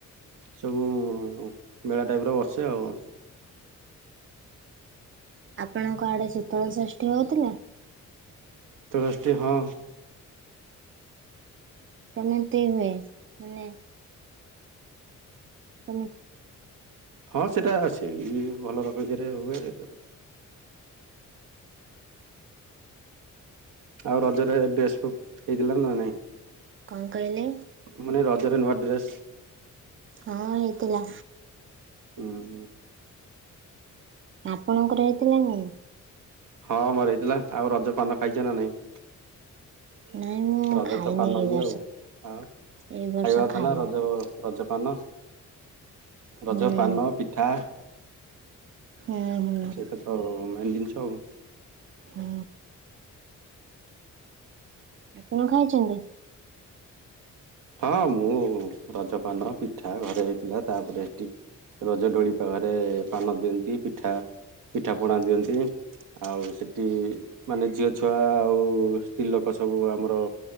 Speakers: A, on the right; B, on the right.
A: ସବୁ ମେଳା ଟାଇପ ର ବସେ ଆଉ
B: ଆପଣଙ୍କ ଆଡେ ଶୀତଳ ଷଷ୍ଠୀ ହଉଥିଲା?
A: ତୁଳସଟି ହଁ।
B: କେମତି ହୁଏ ମାନେ? ମାନେ
A: ହଁ ସେଟା ଅଛି ଭଲ ରକମରେ ହୁଏ ଆଉ ରଜରେ ଡ୍ରେସ ହେଇଥିଲା ନାଁ ନାଇଁ?
B: କଣ କହିଲେ?
A: ମାନେ ରଜରେ ନୂଆ ଡ୍ରେସ?
B: ହଁ ହେଇଥିଲା।
A: ହୁଁ ହୁଁ।
B: ଆପଣଙ୍କର ହେଇଥିଲା ନାଁ ନାହିଁ?
A: ହଁ ମୋର ହେଇଥିଲା ଆଉ ରଜ ପାନ ଖାଇଛ ନାଁ ନାଇଁ?
B: ନାଇଁ ମୁଁ
A: ରଜ
B: ଖାଇନି
A: ରେ ତ ପାନ
B: ଏଇ
A: ଇଏ
B: ବର୍ଷ
A: ଆଉ ଖାଇବା
B: ଏଇ ବର୍ଷ
A: କଥା
B: ଖାଇନି
A: ନାଁ ରଜ ରଜ ପାନ ରଜ
B: ହୁଁ।
A: ପାନ ପିଠା
B: ହୁଁ ହୁଁ।
A: ସେଇଟା ତ ମେନ୍ ଜିନିଷ ଆଉ
B: ହୁଁ। ଆ କଣ ଖାଇଛନ୍ତି।
A: ହଁ ମୁଁ ରଜପାନ ପିଠା ଘରେ ହେଇଥିଲା ତାପରେ ହେଠି ରଜଡୋଳି ପାଖରେ ପାନ ଦିଅନ୍ତି ପିଠା ପିଠା ପଣା ଦିଅନ୍ତି। ଆଉ ସେଠି ମାନେ ଝିଅ ଛୁଆ ଆଉ ସ୍ତ୍ରୀଲୋକ ସବୁ ଆମର